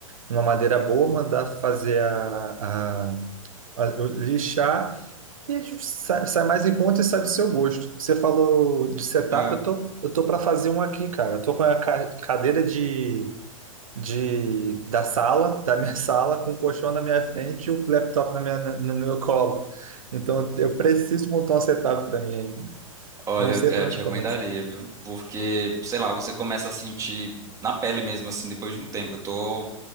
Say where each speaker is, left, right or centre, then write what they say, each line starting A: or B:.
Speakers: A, on the right; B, on the right.
A: numa madeira boa, mandar fazer a, a, a- o- lixar e sai, sai mais em conta e sai do seu gosto. Você falou de setup,
B: É.
A: eu tô, eu tô para fazer um aqui, cara. Eu tô com a ca- cadeira de de da sala, da minha <laughs> sala, com o colchão na minha frente e o laptop na minha, na- no meu colo. Então eu preciso montar um setup para mim ainda.
B: Olha,
A: Não
B: eu
A: sei
B: te
A: por
B: eu
A: onde
B: te recomendaria,
A: começar.
B: viu? Porque, sei lá, você começa a sentir na pele mesmo, assim, depois de um tempo. Eu tô